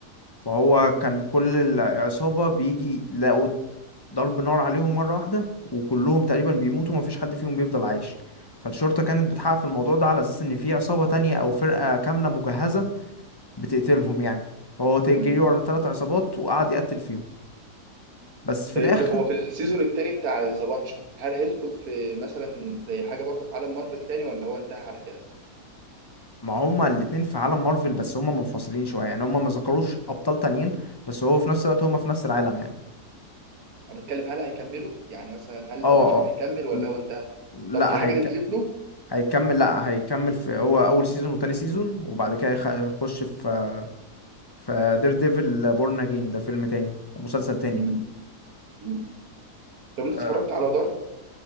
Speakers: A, on the left; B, on the right.
A: فهو كان كل العصابة بيجي يلاقوا ضرب نار عليهم مرة واحدة وكلهم تقريبا بيموتوا ومفيش حد فيهم بيفضل عايش فالشرطة كانت بتحقق في الموضوع ده على أساس إن في عصابة تانية أو فرقة كاملة مجهزة بتقتلهم يعني فهو ت- جري
B: مم.
A: ورا تلات عصابات وقعد يقتل فيهم بس في
B: طيب
A: الآخر
B: هو في السيزون التاني بتاع ذا بانشر هل هيدخل في مثلا زي حاجه برضه في عالم مارفل تاني ولا هو انتهى على كده
A: ما هما الاتنين في عالم مارفل بس هما منفصلين شوية يعني هما ما ذكروش أبطال تانيين بس هو في نفس الوقت هما في نفس العالم يعني
B: انا بتكلم هل هيكملوا يعني مثلا هل
A: اه
B: ذا بانشر
A: اه
B: هيكمل ولا
A: في-
B: هو انتهى
A: لا
B: طب في حاجه
A: هيك...
B: نزلت له
A: هيكمل لا هيكمل في هو أول سيزون وتاني سيزون وبعد كده يخ- يخش في فدير ديفل بورن اجين ده فيلم تاني مسلسل تاني
B: مم. مم. طب انت
A: آه،
B: اتفرجت على دارك